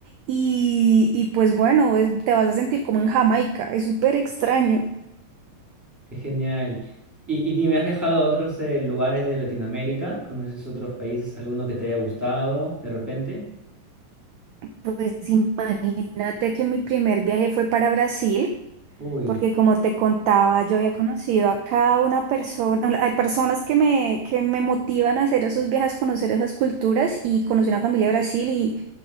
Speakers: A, on the right; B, in the centre.
A: y, y pues bueno, es- te vas a sentir como en Jamaica, es súper extraño.
B: Qué genial. Y, y dime, ¿has viajado a otros eh, lugares de Latinoamérica? ¿Conoces otros países? ¿Alguno que te haya gustado de repente?
A: Pues imagínate que mi primer viaje fue para Brasil.
B: Uy,
A: porque como te contaba, yo había conocido a cada una persona, hay personas que me, que me motivan a hacer esos viajes, conocer esas culturas y conocí una familia de Brasil y